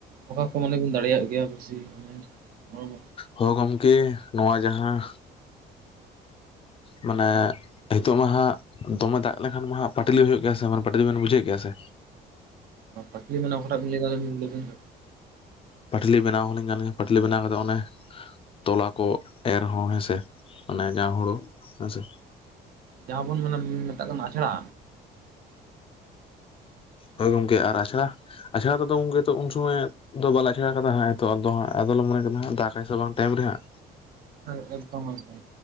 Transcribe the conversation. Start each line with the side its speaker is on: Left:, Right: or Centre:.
Right: ᱚᱠᱟ ᱠᱚ ᱢᱟᱱᱮ ᱵᱤᱱ ᱫᱟᱲᱮᱭᱟᱜ ᱜᱮᱭᱟ ᱵᱮᱥᱤ ᱢᱟᱱᱮ? ᱚᱝ
Left: ᱦᱳ ᱜᱚᱢᱠᱮ ᱱᱚᱣᱟ ᱡᱟᱦᱟᱸ ᱢᱟᱱᱮ ᱱᱤᱛᱚᱜ ᱢᱟ ᱦᱟᱸᱜ ᱫᱚᱢᱮ ᱫᱟᱜ ᱞᱮᱠᱷᱟᱱ ᱢᱟ ᱦᱟᱹᱜ ᱯᱟᱴᱞᱤ ᱦᱩᱭᱩᱜ ᱜᱮᱭᱟ ᱥᱮ ᱵᱟᱝ ᱯᱟᱴᱞᱤ ᱵᱤᱱ ᱵᱩᱡᱮᱫ ᱜᱮᱭᱟ ᱥᱮ
Right: ᱯᱟᱴᱞᱤ ᱚᱠᱟᱴᱟᱜ ᱵᱤᱱ ᱞᱟᱹᱭ ᱫᱟ ᱞᱟᱹᱭᱵᱮᱱ
Left: ᱯᱟᱴᱞᱤ ᱵᱮᱱᱟᱣ ᱦᱚᱸᱞᱤᱧ ᱜᱟᱱ ᱜᱮᱭᱟ ᱯᱟᱴᱞᱤ ᱵᱮᱱᱟᱣ ᱠᱟᱛᱮᱫ ᱚᱱᱮ ᱛᱚᱞᱟ ᱠᱚ ᱮᱨ ᱦᱚᱸ ᱦᱮᱸᱥᱮ ᱢᱟᱱᱮ ᱡᱟ ᱦᱳᱲᱳ ᱦᱮᱸᱥᱮ
Right: ᱡᱟᱦᱟᱸ ᱵᱚᱱ ᱢᱮᱱ ᱢᱮᱛᱟᱜ ᱠᱟᱱᱟ ᱟᱪᱷᱲᱟ
Left: ᱦᱳᱭ ᱜᱚᱝᱠᱮ ᱟᱨ ᱟᱪᱷᱲᱟ ᱟᱪᱷᱲᱟ ᱛᱮᱫᱚ ᱜᱚᱝᱠᱮ ᱛᱚ ᱩᱱ ᱥᱚᱢᱚᱭ ᱫᱚ ᱵᱟᱞᱮ ᱟᱪᱷᱟᱲᱟ ᱟᱠᱟᱫᱟ ᱦᱟᱸᱜ ᱱᱤᱛᱚᱜ ᱫᱚ ᱟᱫᱚ ᱞᱮ ᱢᱚᱱᱮ ᱠᱮᱫᱟ ᱫᱟᱜᱟᱭ ᱥᱮ ᱵᱟᱝ ᱴᱟᱭᱤᱢ ᱨᱮ ᱦᱟᱸᱜ
Right: ᱦᱮᱸ ᱮᱠᱫᱚᱢ ᱮᱠᱫᱚᱢ